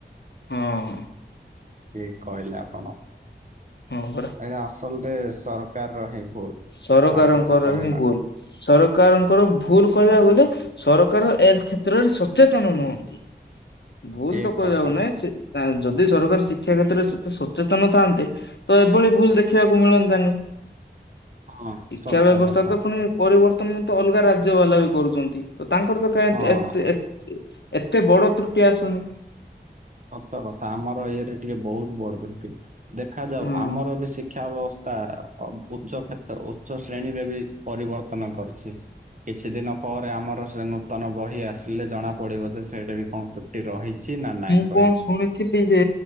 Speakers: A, on the left (about 70°); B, on the right (about 45°).
A: ହଁ।
B: ଠିକ କହିଲେ ଆପଣ।
A: ହଁ ପରା
B: ଏ ଆସଲରେ ସରକାର ର ହିଁ ଭୁଲ
A: ସରକାରଙ୍କର
B: ଆଉ କିଛି କହେ
A: ହିଁ
B: ନା
A: ଭୁଲ। ସରକାରଙ୍କର ଭୁଲ କହିବାକୁ ଗଲେ ସରକାର ଏ କ୍ଷେତ୍ରରେ ସଚେତନ ନୁହନ୍ତି ଭୁଲ
B: ଠିକ
A: ତ କଉ
B: କଥା
A: ନାହିଁ ସେ ଯଦି ସରକାର ଶିକ୍ଷା କ୍ଷେତ୍ରରେ ସେତେ ସଚେତନ ଥାଆନ୍ତେ ତ ଏଭଳି ଭୁଲ ଦେଖିବାକୁ ମିଳନ୍ତାନି
B: ହଁ
A: ଶିକ୍ଷା
B: ସତ
A: ବ୍ୟବସ୍ଥା
B: କଥା
A: ତ ପୁଣି ପରି ବତ୍ମ ତ ଅଲଗା ରାଜ୍ୟ ବାଲା ବି କରୁଛନ୍ତି ତ ତାଙ୍କର ତ କାଁ
B: ହଁ।
A: ଏତେ ବଡ଼ ତ୍ରୁଟି ଆସୁନି।
B: ସତ କଥା ଆମର ଇଏରେ ଟିକେ ବହୁତ ବଡ ଟେ ଦେଖାଯାଉ
A: ହଁ
B: ଆମର ବି ଶିକ୍ଷା ବ୍ୟବସ୍ଥା ତା ଉଚ୍ଚ କ୍ଷେତ୍ର ଉଚ୍ଚ ଶ୍ରେଣୀରେ ବି ପରିବର୍ତ୍ତନ କରିଛି। କିଛି ଦିନ ପରେ ଆମର ସେ ନୂତନ ବହି ଆସିଲେ ଜଣା ପଡିବ ଯେ ସେଇଟା ବି କଣ ତ୍ରୁଟି ରହିଛି ନା ନାହିଁ।
A: ମୁ କଣ ଶୁଣିଥିଲି ଯେ